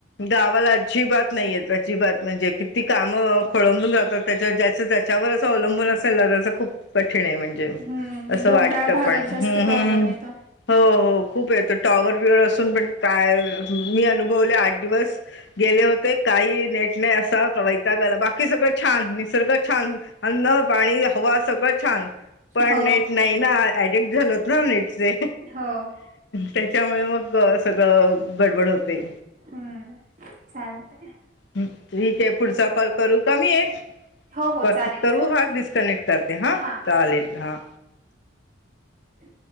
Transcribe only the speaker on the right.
हम्म
डोंगराळ
भागात
जास्त प्रॉब्लेम येतो
हो
हो
हम्मं छांन
हो हो
चालेल
चालेल
हा
हं